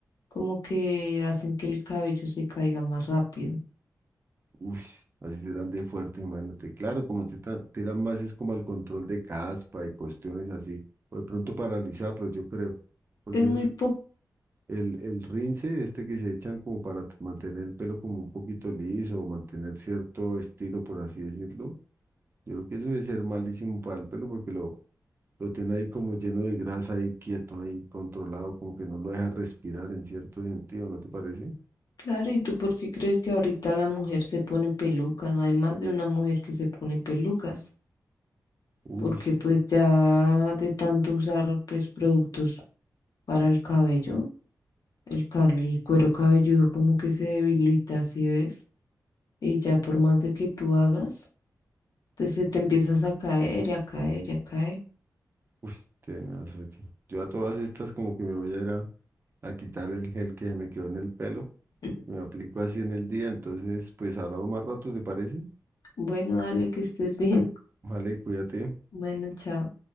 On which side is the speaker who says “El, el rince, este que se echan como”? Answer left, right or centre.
Right